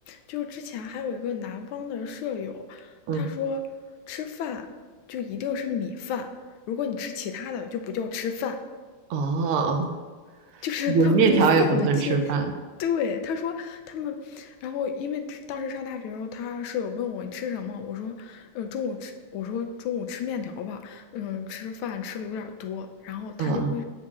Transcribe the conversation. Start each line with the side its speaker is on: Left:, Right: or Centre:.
Left: 就之前还有一个南方的舍友，
Right: <laughs> 嗯，
Left: 他说吃饭就一定是米饭，如果你吃其他的就不叫吃饭，
Right: 哦，
Left: <laughs> 就是他们对饭的界。
Right: 我们面条也不算吃饭，
Left: <laughs> 对，他说他们，然后因为当时上大学的时候，他舍友问我你吃什么，我说，呃，中午吃，我说中午吃面条吧，嗯，吃饭吃的有点儿多，然后他就会，
Right: 嗯